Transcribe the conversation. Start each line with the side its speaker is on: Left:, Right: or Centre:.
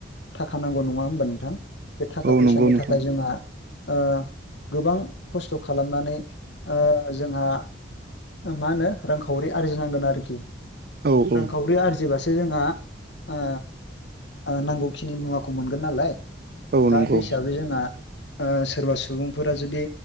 Left: थाखा नांगौ नङा होमबा नोंथां? बे थाखा
Right: औ
Left: फैसानि
Right: नंगौ नोंथां
Left: थाखाय जोंहा ओ गोबां खस्थ' खालामनानै ओ जोंहा ओ मा होनो रांखावरि आरजिनांगोन आरोखि
Right: औ औ
Left: रांखावरि आरजिबास सो जोंहा ओ ओ नांगौखिनि मुवाखौ मोनगोन नालाय
Right: औ
Left: दा
Right: नंगौ
Left: बे हिसाबै जोंआ ओ सोरबा सुबुंफोरा जुदि